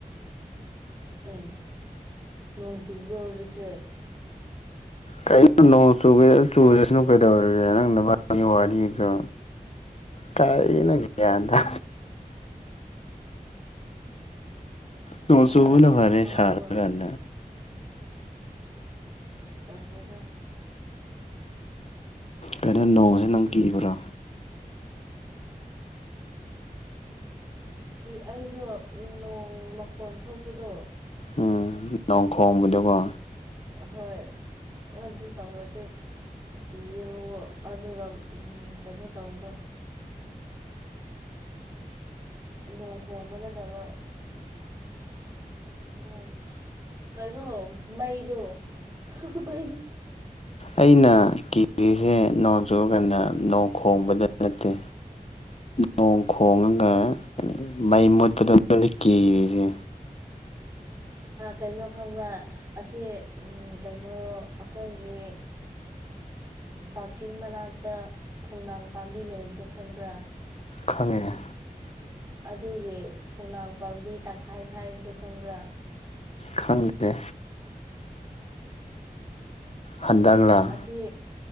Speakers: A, on the right; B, on the left.
A: ꯑꯦ ꯅꯣꯡ ꯆꯨꯕ꯭ꯔꯣ ꯍꯧꯖꯤꯛꯁꯦ
B: ꯀ ꯆ ꯆꯨꯨꯔꯁꯅꯨ ꯀꯩꯗꯧꯔꯒꯦ ꯅꯪ ꯋꯥꯔꯤꯗꯣ ꯀꯥꯏꯅꯒ ꯑꯗ
A: ꯑꯁ
B: ꯇꯨꯡ ꯁꯕꯨꯅꯕꯦ
A: ꯃꯥꯗꯤ ꯑꯐꯥꯎꯕ
B: ꯁꯔꯥꯟ
A: ꯇꯂꯦꯗ
B: ꯀꯩꯅꯣ ꯅꯣꯡꯁꯦ ꯅꯪ ꯀꯤꯔꯤꯕ꯭ꯔꯥ
A: ꯀ ꯑꯩꯗꯣ ꯅꯣꯡ ꯃꯈꯣꯟ ꯊꯣꯛꯄꯗꯣ
B: ꯎꯝ ꯂꯣꯡ ꯈꯣꯡꯕꯗꯀꯣ
A: ꯍꯣꯏ ꯑꯗꯨ ꯇꯧꯔꯗꯤ ꯀꯤꯑꯕꯀꯣ ꯑꯗꯨꯒ ꯀꯩꯅꯣ ꯇꯧꯕꯗꯣ ꯅꯣꯡ ꯈꯣꯡꯕ ꯅꯠꯇꯕ ꯎꯝ ꯀꯩꯅꯣ ꯃꯩꯗꯣꯩ
B: ꯑꯩꯅ ꯀꯦꯖꯤꯁꯦ ꯅꯣꯡ ꯆꯨꯨꯔꯀꯥꯟꯗ ꯅꯣꯡ ꯈꯣꯡꯕꯗ ꯅꯠꯇꯦ ꯊꯣꯡ ꯈꯣꯡꯉꯒ ꯃꯩ ꯃꯨꯠꯄꯗ ꯀꯤꯔꯤꯁꯦ
A: ꯀꯩꯅꯣ ꯈꯪꯕ꯭ꯔ ꯑꯁꯤ ꯀꯩꯅꯣ ꯑꯩꯈꯣꯏꯒꯤ ꯄꯥꯔꯀꯤꯡ ꯃꯅꯥꯛꯇ ꯈꯣꯡꯅꯥꯡ ꯄꯥꯝꯕꯤ ꯂꯩꯕꯗꯣ ꯈꯪꯕ꯭ꯔꯥ
B: ꯈꯪꯉꯦ
A: ꯑꯗꯨꯒꯤ ꯈꯣꯡꯅꯥꯡ ꯄꯥꯝꯕꯤ ꯇꯪꯈꯥꯏꯈꯥꯏꯕꯗꯣ ꯈꯪꯕ꯭ꯔꯥ
B: ꯈꯪꯂꯗꯦ ꯍꯟꯗꯛꯂ
A: ꯑꯁꯤꯁꯦ